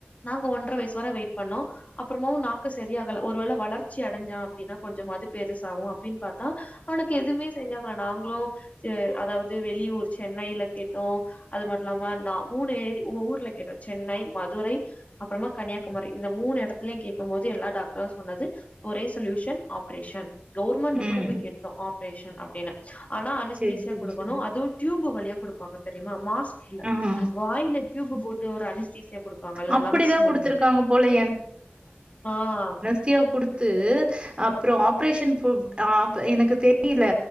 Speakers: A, on the left; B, on the right.
A: நாங்க ஒன்றரை வயசு வர வெயிட் பண்ணோ அப்புறமு நாக்கு சரியாகல ஒரு வேளை வளர்ச்சி அடைஞ்சா அப்டின்னா கொஞ்சமாவது பெருசாகு அப்டின்னு பாத்தா அவனுக்கு எதுவுமே சரியாகல நாங்களு அதாவது வெளியூர் சென்னையில கேட்டோ அது மட்டு இல்லாம நா மூணு ஏரி ஊர்ல கேட்டோ சென்னை மதுரை அப்புறமா கன்னியாகுமரி இந்த மூணுடத்துலயு கேக்கும்போது எல்லா டாக்டரு சொன்னது ஒரே சொல்யூஷன் ஆப்ரேஷன் கவுர்மெண்ட்ல
B: ம்.
A: கூட போய் கேட்டோ ஆப்ரேஷன் அப்டின்னு ஆனா அனுஸ்தீசியா
B: சரி, சரி,
A: குடு
B: சரி.
A: அதுவு டியூப் வழியா கொடுப்பாங்க தெரியுமா மாஸ்க் இல்ல
B: ஆமா.
A: வாயில டியூப்பு போட்டு ஒரு அனுஸ்தீசியா கொடுப்பாங்கல்ல
B: அப்படிதான்
A: லங்ஸ் மூலியு
B: குடுத்துருக்காங்க போல
A: ஆஹ்
B: சியா கொடுத்து அப்புறோ ஆப்ரேஷன் எனக்கு தெரியல